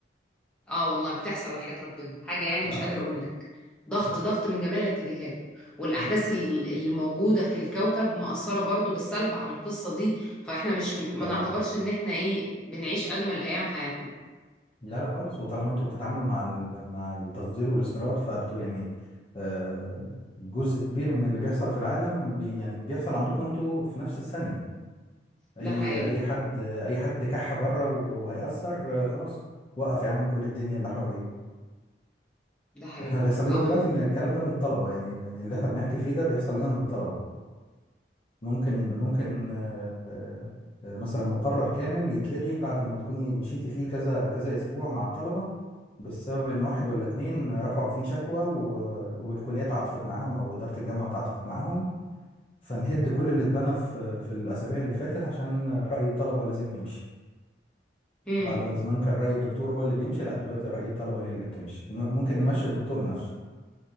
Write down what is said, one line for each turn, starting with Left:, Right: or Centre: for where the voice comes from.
Centre: اه والله بتحصل وحياة ربنا حاجه يعني
Left: اه
Centre: مش قادره اقول لك ضغط
Left: اه
Centre: ضغط من جميع الاتجاهات والاحداث
Left: مم،
Centre: ال- اللي موجوده في الكوكب مأثره برضو بالسلب على القصه دي فاحنا مش ما
Left: طبعا
Centre: نعتبرش ان احنا ايه بنعيش اجمل ايام حياتنا
Left: لا لا خالص وطالما انتوا بتتعاملوا مع ال- مع التصدير والاستيراد فانتوا يعني آه، جزء كبير من اللي بيحصل في العالم بي يعني بيحصل عندكم انتوا في نفس الثانية
Centre: ده
Left: اي
Centre: حقيقي
Left: اي حد اي حد كح بره و- وهيأثر آه، خلاص وقف يا عم كل الدنيا اللي حواليك
Centre: ده حقيقي
Left: احنا بيحصل
Centre: اه
Left: لنا دلوقتي
Centre: والله
Left: من الكلام ده من الطلبة يعني من اللي احنا بنحكي فيه ده بيحصل لنا من الطلبة ممكن ممكن آه، آه، آه، مثلا مقرر كامل يتلغي بعد ما تكوني مشيتي فيه كذا كذا اسبوع مع الطلبة بسبب ان واحد ولا اتنين رفعوا فيه شكوى و... والكليه تعاطفت معاهم او اداره الجامعه تعاطفت معاهم فنهد كل اللي اتبنى في في الاسابيع اللي فاتت عشان راي الطلبه لازم يمشي
Centre: امم
Left: بعد ما زمان كان راي الدكتور هو اللي بيمشي لا دلوقتي راي الطلبه هي اللي بتمشي م- ممكن نمشي الدكتور نفسه